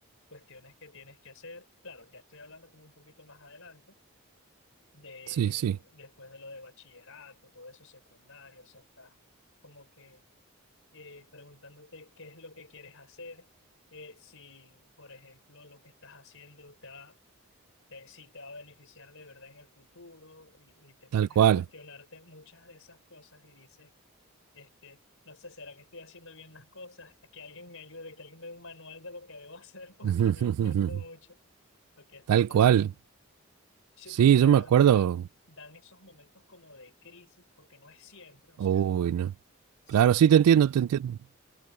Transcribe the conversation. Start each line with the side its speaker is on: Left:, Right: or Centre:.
Left: cuestiones que tienes que hacer. Claro, ya estoy hablando como un poquito más adelante, de
Right: sí, sí,
Left: después de lo de bachillerato, todo eso secundario, o sea, estás como que eh, preguntándote qué es lo que quieres hacer, eh, si, por ejemplo, lo que estás haciendo te va... te- si te va a beneficiar de verdad en el futuro y, y te
Right: tal
Left: pones
Right: cual.
Left: a cuestionarte muchas de esas cosas y dices, este, no sé, ¿será que estoy haciendo bien las cosas? Que alguien me ayude, que alguien me dé un manual de lo que debo hacer <laughs> porque
Right: <laughs>
Left: no entiendo mucho lo que está
Right: Tal
Left: pasando.
Right: cual.
Left: Sí,
Right: Sí,
Left: porque me
Right: yo me
Left: dan,
Right: acuerdo.
Left: me dan, dan esos momentos como de crisis, porque no es siempre, o sea,
Right: Uy, no.
Left: sí,
Right: Claro, sí, te entiendo, te entiendo.